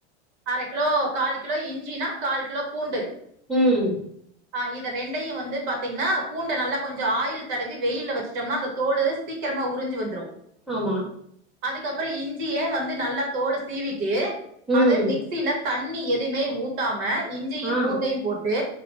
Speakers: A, on the right; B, in the centre.
A: அர கிலோ காலு கிலோ இஞ்சினா கால் கிலோ பூண்டு
B: ம்
A: ஆ இத ரெண்டையு வந்து பாத்தீங்கன்னா பூண்ட நல்லா கொஞ்ச ஆயிள் தடவி வெயில்ல வச்டம்னா அந்த தோலு சீக்கிரமா உறிஞ்சி வந்துரு
B: ஆமா
A: அதுக்கப்றோ இஞ்சியே வந்து நல்லா தோல சீவிட்டு
B: ம்
A: அத மிக்சில தண்ணி எதுமே ஊத்தாம இஞ்சியு
B: ஆ
A: பூண்டையு போட்டு